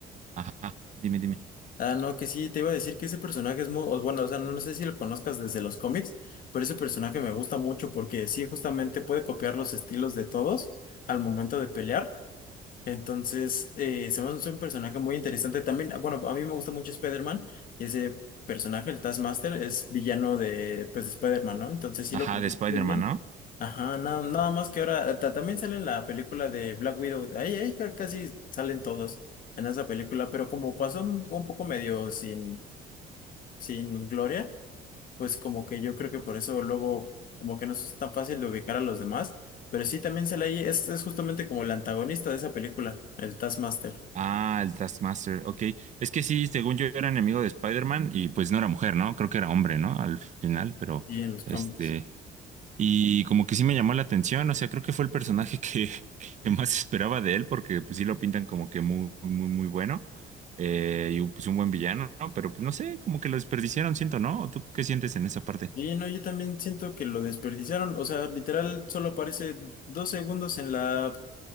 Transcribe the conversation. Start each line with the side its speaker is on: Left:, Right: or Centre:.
Right: ajá, dime, dime.
Left: Ah, no, que sí, te iba a decir que ese personaje es muy, o bueno, o sea, no, no sé si lo conozcas desde los cómics, pero ese personaje me gusta mucho porque sí, justamente puede copiar los estilos de todos al momento de pelear. Entonces, eh, se me hace un personaje muy interesante también. ah, Bueno, a mí me gusta mucho Spider-Man y ese personaje, el Taskmaster, es villano de, pues, de Spider-Man, ¿no? Entonces sí
Right: Ajá,
Left: lo ocupó
Right: de Spider-Man,
Left: muy bien.
Right: ¿no?
Left: Ajá, nada, nada más que ahora ta- también sale en la película de Black Widow. Ahí, ahí ca- casi salen todos en esa película, pero como pasó un un poco medio sin, sin gloria, pues como que yo creo que por eso luego como que no es tan fácil de ubicar a los demás, pero sí también se la es, es justamente como el antagonista de esa película, el Taskmaster,
Right: Ah, el Taskmaster, ok. Es que sí, según yo era enemigo de Spider-Man y pues no era mujer, ¿no? Creo que era hombre, ¿no? Al final, pero
Left: y en los cómics.
Right: este... Y como que sí me llamó la atención, o sea, creo que fue el personaje que, <laughs> que más esperaba de él, porque pues sí lo pintan como que muy, muy, muy bueno, eh, y pues un buen villano, ¿no? Pero pues no sé, como que lo desperdiciaron, siento, ¿no? ¿O ¿Tú qué sientes en esa parte?
Left: Y no, yo también siento que lo desperdiciaron, o sea, literal solo aparece dos segundos en la